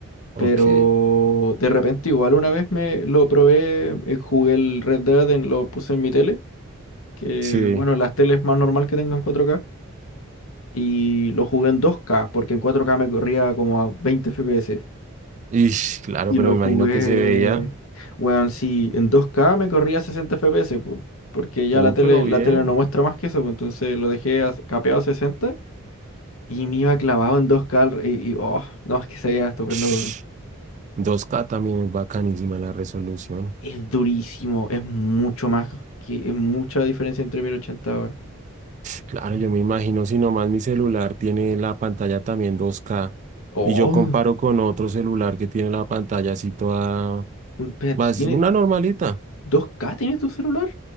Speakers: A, on the right; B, on the left.
A: Ok,
B: Pero de repente igual una vez me lo probé, eh, jugué el Red Dead, en- lo puse en mi tele, que
A: sí.
B: bueno, las teles más normal que tengan 4K. y lo jugué en 2K, porque en 4K me corría como a 20 FPS.
A: Y claro,
B: Y
A: pero
B: lo
A: me
B: jugué,
A: imagino que se veía.
B: weón, sí, en 2K me corría a 60 FPS, po, porque ya
A: Uy,
B: la tele,
A: pero bien.
B: la tele no muestra más que eso, pues, entonces lo dejé a- capeado a 60 y me iba clavado en 2K al- y, y, oh, no, es que se veía estupendo,
A: <sniffs>
B: weón.
A: 2K también es bacanísima la resolución.
B: Es durísimo, es mucho más, que, es mucha diferencia entre 1080, weón.
A: Claro, yo me imagino si nomás mi celular tiene la pantalla también 2K
B: Oh,
A: y yo
B: un-
A: comparo con otro celular que tiene la pantalla así toda...
B: espérate,
A: Más
B: ¿tiene
A: una normalita.
B: 2K tiene tu celular?